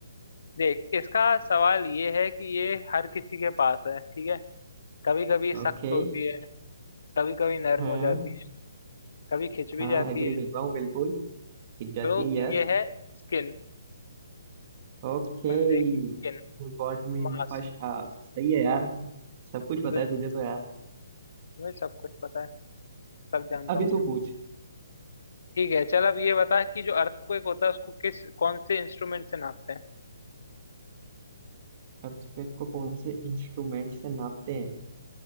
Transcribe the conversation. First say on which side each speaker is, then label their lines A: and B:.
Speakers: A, on the left; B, on the right.
A: देख इसका सवाल ये है कि ये हर किसी के पास है ठीक है कभी कभी सख्त
B: ओके
A: होती है कभी कभी नरम
B: हाँ
A: हो जाती है कभी खिंच भी
B: हाँ
A: जाती
B: एग्री
A: है
B: कर रहा हूँ बिल्कुल टिक जाती
A: तो
B: है yes
A: ये है स्किन
B: Okay
A: बंदे
B: You
A: की स्किन
B: got me in
A: मांस
B: the first half सही है यार सब कुछ पता
A: बिल्कुल
B: है तुझे तो यार
A: मुझे सब कुछ पता है सब जानता
B: अभी
A: हूँ
B: तू
A: मैं
B: पूछ
A: ठीक है चल अब ये बता कि जो अर्थक्वेक होता है उसको किस कौन से इंस्ट्रूमेंट से नापते हैं
B: अर्थक्वेक को कौन से इंस्ट्रूमेंट से नापते हैं